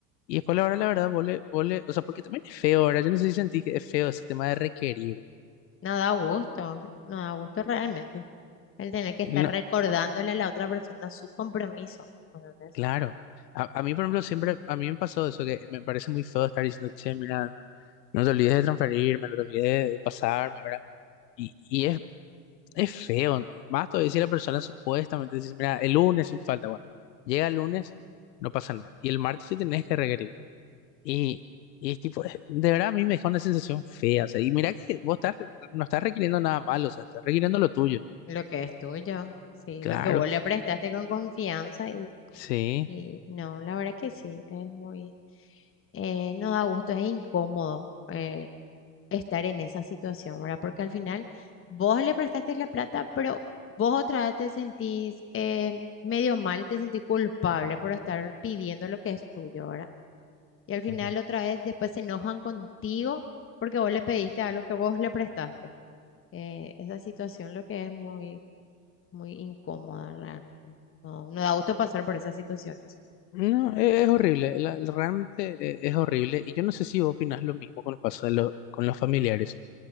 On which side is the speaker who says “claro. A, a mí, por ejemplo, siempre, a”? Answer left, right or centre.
Left